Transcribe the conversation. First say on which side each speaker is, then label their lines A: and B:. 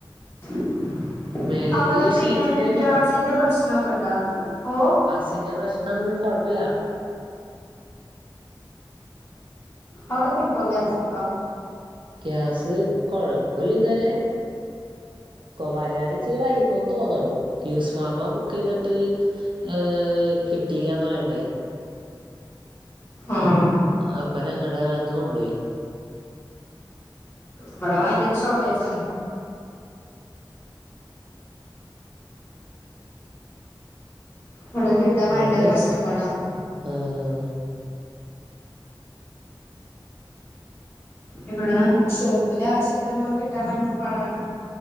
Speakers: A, on the left (about 30°); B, on the right (about 75°).
A: <inaudible>
B: മേളില്
A: അവിടെ
B: ഷീറ്റിട്ടേക്കാണാ
A: പിന്നെ ഈ ഗ്യാസിന്റെ പ്രശ്നംക്കെ ഇണ്ടേ ഓ
B: സിന്റെ പ്രശ്നം കുഴപ്പമില്ല
A: അവട കിട്ടോ ഗസക്ക
B: ഗ്യാസ് കൊഴപ്പില്ല ഇതുവരെ വരിയാണി ചെയ വൈക്കോന്ന് തോന്നണ യ ഉസ്മാമ്മ ബുക്ക് ചെയ്തിട്ട് ഏഹ് കിട്ടില്ലന്ന് പറയണ്ടായി
A: ആഹ
B: അപ്പനെ അങ്ങടെന്ന് കൊണ്ടേയി
A: ഇവിടെ ഭയങ്കര ഷോർട്ടേജാണ് ഇവിടെ കിട്ടാ ഭയങ്കര
B: ഇവിടെ വരും
A: കഷ്ടപ്പാടാ
B: ആഹ്
A: ഇബടെ ഷോപ്പിലെ ആവശ്യത്തിന് കിട്ടാൻ ഭയങ്കര പാടാണ്